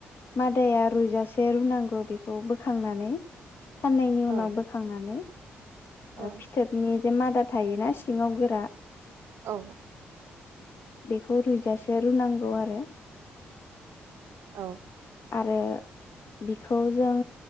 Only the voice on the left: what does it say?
मादाया रुजासे रुनांगौ बेखौ बोखांनानै साननैनि
उनाव बोखांनानै
ओ फिथोबनि जे मादा थायोना सिङाव गोरा
बेखौ रुइजासे रुनांगौ आरो
आरो बिखौ जों